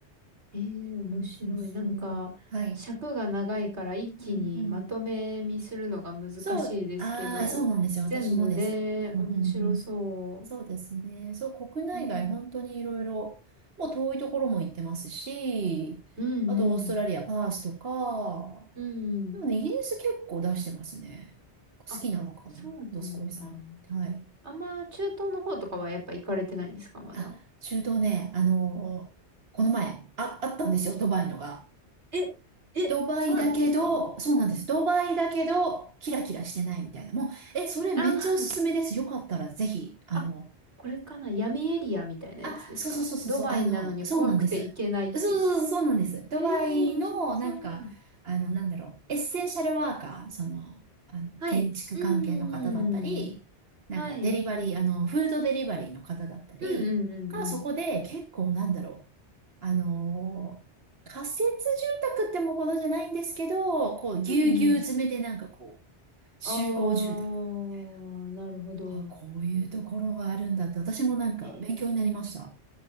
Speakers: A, on the right; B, on the right.
A: ええ、面白い。
B: うん、そうそう。
A: なんか尺が長いから一気にまとめ見するのが難しいですけど、
B: はい。うん、うん。そう、ああ、そうなんですよ。
A: 全部ね、
B: 私もです。うん、うん、
A: 面白そ
B: うん。そうですね。そう、国内外、
A: う。うん。
B: 本当にいろいろ、もう遠いところも行ってますし、
A: うんうん。
B: あとオーストラリア、パースとか、
A: うんうん。
B: でもね、イギリス結構出してますね。好きなのかな、
A: あ、そうなんだ。
B: ドスコイさん。はい。
A: あんま中東の方とかはやっぱ行かれてないんですか、まだ。
B: あ、中東ね、あの、この前、あ、あったんですよ、ドバイのが。
A: え、え、
B: ドバイだけど、
A: そうなんですか
B: そうなんです。ドバイだけど、キラキラしてないみたいな。もう、え、それめっちゃおすすめです。
A: あ <laughs>
B: よかったらぜひ、あの、
A: あ、これかな闇エリアみたいなやつですかドバイなのに怖くて行けないっていう。
B: あ、そうそうそうそうそう、あの、そうなんです。そうそうそう、そうなんです。ドバイの、
A: ええー、面白そう。
B: なんか、あの、なんだろう、エッセンシャルワーカー、その、あの、
A: はい。
B: 建築関係の方だったり、
A: うーん。
B: なんかデリバリー、
A: はい。
B: あの、フードデリバリーの方だったりが、
A: うんうんうんうん。
B: そこで結構なんだろう、あのー仮設住宅ってもほどじゃないんですけど、こう、ぎゅうぎゅう詰めでなんかこう、
A: うんうん。
B: 集合住宅みたい
A: あー、なるほど。
B: な。あ、こういうところがあるんだって、私もなんか勉強になりました。
A: へえ。